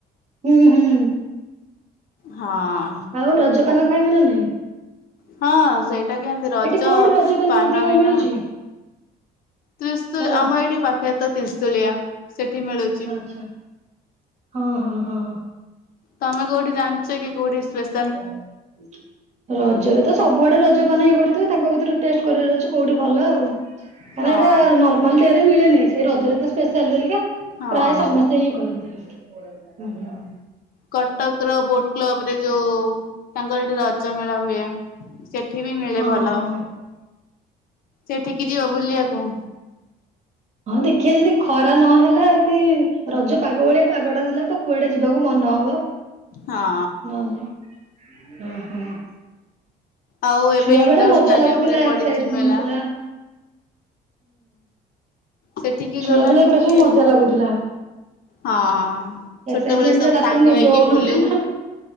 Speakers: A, on the right; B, on the left.
A: ହୁଁ ହୁଁ।
B: ହଁ।
A: ଆଉ ରଜପାନ ଖାଇବ ନା ନାଇଁ।
B: ହଁ ସେଇଟା କେମ୍ତି ରଜ
A: ଏଠି କୋଉଠି ରଜପାନ
B: ପାନ
A: ଅଧିକ
B: ବିନା
A: ମିଳୁଛି
B: ତ୍ରିଶୁଳି
A: ଭଲ
B: ଆମ ଏଇଠି ପାଖରେ ତ ତ୍ରିଶୁଳିଆ ସେଠି ମିଳୁ
A: ଆଚ୍ଛା ହଁ-ହଁ-ହଁ।
B: ତମେ କୋଉଠି ଜାନ୍ଚ କି କୋଉଠି ସ୍ପେସ୍
A: <unintelligible> ରଜରେ ତ ସବୁଆଡେ ରଜପାନ ଇଏ କରୁଥିବେ ତାଙ୍କ ଭିତରୁ ଟେଷ୍ଟ କରିବାର ଅଛି କୋଉଠି ଭଲ ଆଉ।
B: ହଁ
A: ଆରେ ଏଟା ନର୍ମାଲ ଡେ ରେ ମିଳେନି ସେଇ ରଜରେ ତ ସ୍ପେଶିଆଲ୍ ବୋଲିକା
B: ହଁ।
A: ପ୍ରାୟ ସମସ୍ତେ ଇଏ କରନ୍ତି।
B: କଟକର ବୋଟ୍ କ୍ଲବ୍ ରେ ଯୋଉ ତାଙ୍କ ସେଠି ରଜମେଳା ହୁଏ ସେଠି ବି ମିଳେ
A: ହଁ
B: ଭଲ।
A: ହଁ ହଁ
B: ସେଠିକି ଯିବ ବୁଲିଆକୁ?
A: ହଁ ଦେଖିଆ ଯଦି ଖରା ନ ହେଲା କି ରଜ ପାଗ ଭଳିଆ ପାଗଟା ଦେଲା ତ କୁଆଡେ ଯିବାକୁ ମନ ହବ ନ
B: ହଁ।
A: ହ ହଁ-ହଁ।
B: ଆଉ ଏବେ
A: ଛୁଆ
B: ଇଣ୍ଡୋର
A: ବେଳେ ମଜା
B: ଷ୍ଟାଡିୟମ
A: ଲାଗୁଥିଲା
B: ରେ
A: ଏକ୍ସାଇଟମେଣ୍ଟ୍
B: ପଡିଛି ମେଳା
A: ଥିଲା।
B: ସେଠିକି
A: ଛୁଆ
B: ଗଲନି
A: ବେଳେ ଏଗୁଡା
B: ବୁଲିବାକୁ।
A: ସବୁ ମଜା ଲାଗୁଥିଲା।
B: ହଁ ଛୋଟବେଳେ
A: ଏକ୍ସାଇଟମେଣ୍ଟ୍
B: ସବୁ
A: ରେ ରାତିରେ
B: ସାଙ୍ଗ
A: ନିଦ
B: ହେଇକି
A: ହଉନଥିଲା
B: ବୁଲୁ
A: ହା।